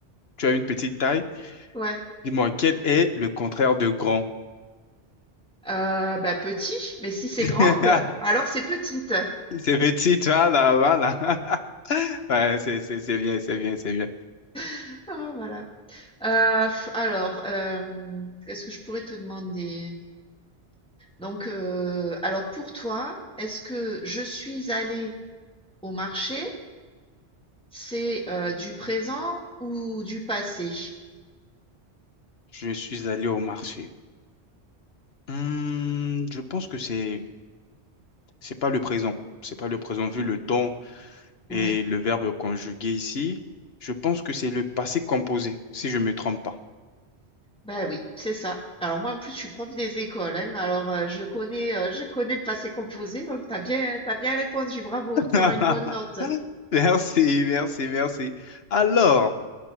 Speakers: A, on the left; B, in the centre.
A: tu as une petite taille,
B: ouais.
A: Dis-moi, quel est le contraire de grand?
B: Heu, bah, petit, mais si c'est
A: <laughs>
B: grande, alors c'est petite.
A: C'est petit, toi, là, voilà. <laughs> Ouais, c'est, c'est, c'est bien, c'est bien, c'est bien.
B: <laughs> Ah, voilà. Heu, alors, hem, qu'est-ce que je pourrais te demander? Donc, heu, alors pour toi, est-ce que je suis allée au marché C'est, heu, du présent ou du passé?
A: Je suis allé au marché. Hmm, je pense que c'est, c'est pas le présent. C'est pas le présent vu le temps.
B: Ouais.
A: Et le verbe conjugué ici, je pense que c'est le passé composé, si je ne me trompe pas.
B: Bah, oui, c'est ça. Alors moi, en plus, je suis prof des écoles, hein, alors, heu, je connais, heu, je connais le passé composé, donc t'as bien t'as bien répondu, bravo,
A: <laughs>
B: T'auras une bonne note.
A: Merci, merci, merci. Alors,